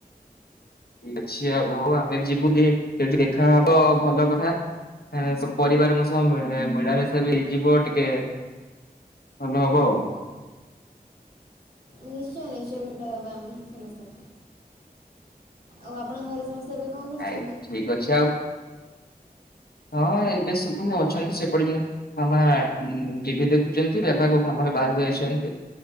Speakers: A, on the left; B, on the right.
A: ଠିକ୍ ଅଛି ଆଉ ହଉ ଆମେ ଯିବୁ। ଯେ ହେଠି ଦେଖାହବ ଭଲ କଥା ସ ପରିବାରଙ୍କ ସହ ମିଳାମିଶା ବି ହେଇଯିବ ଟିକେ ଭଲ ହବ ଆଉ।
B: ନିଶ୍ଚୟ ନିଶ୍ଚୟ ଭେଟ ହବା ଆମେ ସମସ୍ତେ। ଆଉ ଆପଣଙ୍କ ଘରେ ସମସ୍ତେ ଏବେ କଣ କରୁଛନ୍ତି?
A: ଆଜ୍ଞା, ଠିକ୍ ଅଛି ଆଉ। ହଁ ଏ ଏବେ ସବୁ ଅଛନ୍ତି। ସେପଟେ ମାମା ଟିଭି ଦେଖୁଛନ୍ତି। ବବା କୋଉ କାମରେ ବାହାରକୁ ଯାଇଛନ୍ତି